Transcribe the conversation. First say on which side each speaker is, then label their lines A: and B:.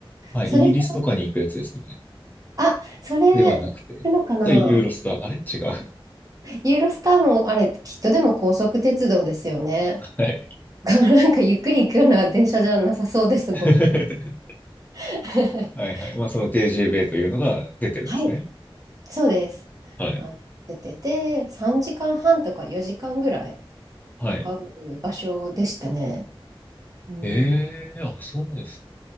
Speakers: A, on the left; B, on the right.
A: はい。
B: それが、
A: イギリスとかに行くやつですかね。
B: あ、それ、
A: ではなくて、
B: 行くのかな
A: ユーロスター、あれ違う。
B: ユーロスターも、あれ、きっとでも高速鉄道ですよね。
A: <laughs> はい。
B: <laughs> なんかゆっくり行くような電車じゃなさそうですもんね。
A: <laughs>
B: <laughs>
A: はいはい。まあ、その TGV というのが出てるんですね。
B: はい、そうです。
A: はい。
B: あ、出てて、3時間半とか4時間ぐらい
A: はい。
B: かかる場所でしたね。うん、
A: ええーあ、そうですか。